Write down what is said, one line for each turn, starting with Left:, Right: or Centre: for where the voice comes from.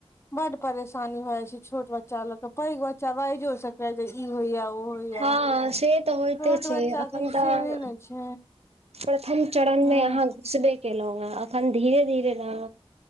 Left: बड परेशानी भऽ जाइ छै छोट बच्चा ल के पैघ बच्चा बाजि सकैया जे ई होइया ओ होइया
Right: हँ से तऽ होइते
Left: छोट
Right: छै
Left: बच्चा
Right: एखन
Left: के
Right: तऽ
Left: से नहि ने छै
Right: प्रथम चरण
Left: हँ
Right: मे अहाँ घुसबे केलहुँ हे अखन धीरे धीरे ल